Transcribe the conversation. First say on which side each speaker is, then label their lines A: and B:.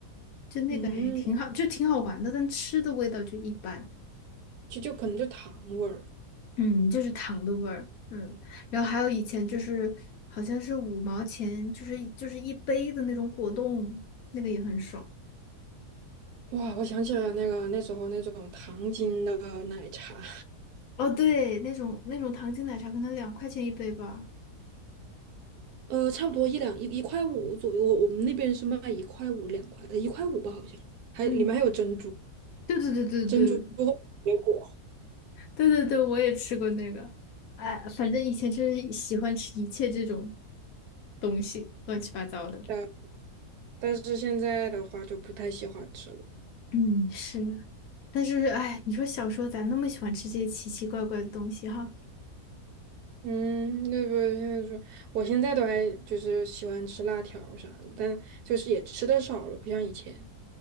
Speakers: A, on the left (about 70°); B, on the right (about 75°).
A: 就那个也挺好，
B: 嗯，
A: 就挺好玩的，但吃的味道就一般，
B: 就就可能就糖味儿。
A: 嗯，就是糖的味儿，嗯，然后还有以前就是好像是五毛钱，就是就是一杯的那种果冻，那个也很爽。
B: 哇，我想起了那个那时候那种糖精的奶茶。
A: 哦，对，那种那种糖精奶茶可能两块钱一杯吧。
B: 呃，差不多一两一一块五左右，我我们那边是卖一块五两块，呃一块五吧，好像。还里面还有珍珠，
A: 嗯，对对对对对
B: 珍珠和水果，
A: 对对对，我也吃过那个。哎，反正以前就是喜欢吃一切这种东西，乱七八糟的。
B: 但但是现在的话就不太喜欢吃了。
A: 嗯，是。但是，哎，你说小时候咋那么喜欢吃这些奇奇怪怪的东西哈？
B: 嗯，对不对？现在说，我现在都还就是喜欢吃辣条啥的，但就是也吃的少了，不像以前。